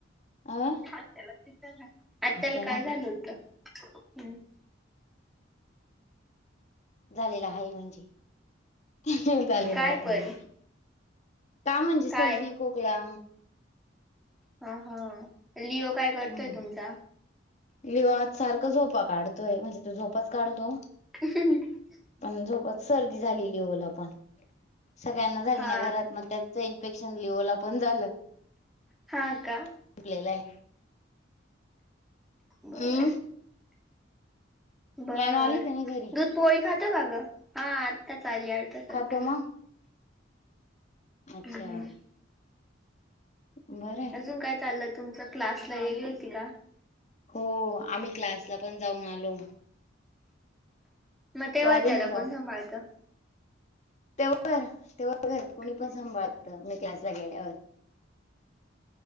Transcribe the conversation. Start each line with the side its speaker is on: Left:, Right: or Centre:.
Left: अ
Centre: त्यालाला
Left: आत्याला
Centre: काय झालं होत?
Left: झालेला आहे म्हणजे झालेलो
Centre: काय
Left: आत्ता
Centre: पण
Left: नाही. का म्हणजे
Centre: काय
Left: सर्दी खोकला
Centre: हा हा लिओ काय करतोय
Left: हम्म
Centre: तुमचा
Left: लिवा आज सारखं झोपा काढतोय म्हणजे तो झोपाच काढतो
Centre: कस?
Left: पण झोपच सर्दी झालेली लिओला पण सगळ्यांना झाली
Centre: हा
Left: ना घरात मग त्या ते इन्फेक्शन लिओला पण झालं.
Centre: हा का.
Left: संपलेलं आहे
Centre: बर
Left: हम्
Centre: आहे
Left: ज्ञानू
Centre: बरं
Left: आली का नाही घरी
Centre: दूध पोळी खातं का गं हा आत्ताच आली अर्ध्या तास
Left: खातो
Centre: झाला.
Left: मग. अच्छा
Centre: हम्म हम्म
Left: बरंय
Centre: अजून काय चाललं तुमचा क्लासला गेली होती का?
Left: हो आम्ही क्लासला पण जाऊन आलो.
Centre: मग तेव्हा
Left: तू आली
Centre: त्याला
Left: ना
Centre: कोण सांभाळतं?
Left: तेवर ते्हा <unintelligible> घरात कुणी
Centre: हा
Left: पण सांभाळतं मी क्लासला गेल्यावर